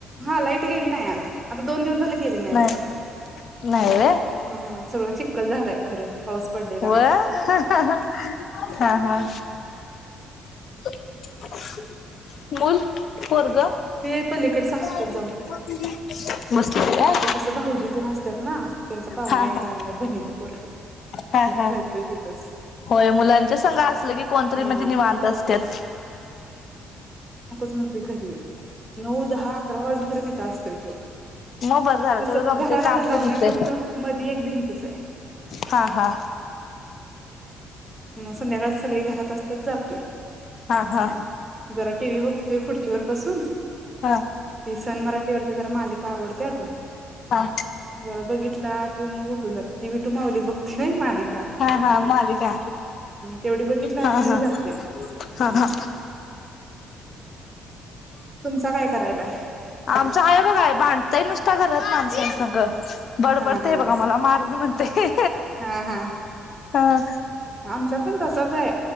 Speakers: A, on the right; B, on the left.
A: हा लाईट गेली नाही आज आता दोन दिवस झाले. गेली
B: नाही
A: बघा
B: नाही
A: ह सगळं चिक्कल झालाय खरं पाऊस पडलेला
B: व्हय हा हा व्हय हा हा. <unintelligible> मंग पोरगं
A: ते पलीकड सासूच्यात
B: बसलाय बघा.
A: तर कसं भाऊजी तेन असतात. ना त्यांचा पाहुना
B: हा
A: एक
B: हा
A: आलाय बहिणच पोरग
B: हा
A: मग
B: हा
A: खेळतोय तिथंच.
B: होय मुलांच्या संग असलं कोण तरी
A: हा
B: म्हणजे निवांत असतात.
A: म्हणते घरी नऊ दहा अकरा वाजले कि, तिथं असतोय तो,
B: मग बरं झालं
A: कसं
B: तेवढं गमतय
A: घराला
B: काम
A: घर लागून
B: पण होतय
A: फक्त मधे एक भिंतच आहे.
B: हा हा
A: मग संध्याकाळ सगळी घरात असतात जातोय.
B: हा हा.
A: जरा टीव्ही बघतो. ते खुर्ची वर बसून.
B: हा
A: ती सनमरत जरा मालिका आवडत्यात
B: हा
A: जरा बघित उठला किंवा मग उठुन जातो कि विठू मावली बघती व्हय मागे.
B: हा हा मालिका
A: तेवढी बघितला
B: हां
A: की मग
B: हा
A: जातोय
B: हां हा
A: तुमचा काय करायलाय?
B: आमचं आहे बघा भांडतय नुसता घरात माणसं संग. बडबडतेय
A: हा हा
B: बघा मला मारन म्हणतय.
A: हा हा
B: हां
A: आमचा पण तसाच आहे